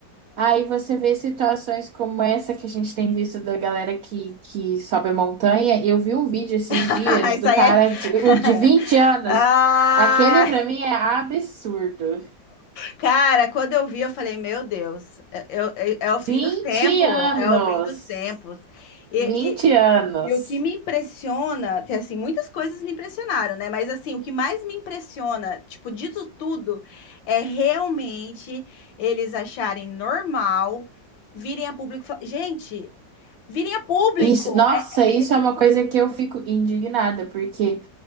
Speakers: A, on the right; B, on the left.
A: Aí você vê situações como essa que a gente tem visto da galera que, que sobe a montanha. Eu vi um vídeo esses
B: <laughs>
A: dias
B: Isso
A: do
B: aí
A: cara
B: é...
A: de, o de vinte
B: <laughs>
A: anos.
B: Ah,
A: Aquele pra mim é absurdo.
B: Cara, quando eu vi, eu falei, meu Deus, é, eu- é- é o fim
A: 20
B: dos tempos,
A: anos!
B: é o fim dos tempos. E,
A: vinte
B: e,
A: anos!
B: e o que me impressiona, que, assim, muitas coisas me impressionaram, né? Mas assim, o que mais me impressiona, tipo, disso tudo, é realmente eles acharem normal virem a público. fa- Gente, virem a público!
A: Isso, nossa,
B: É,
A: isso
B: é- é tipo,
A: é uma coisa que eu fico indignada, porque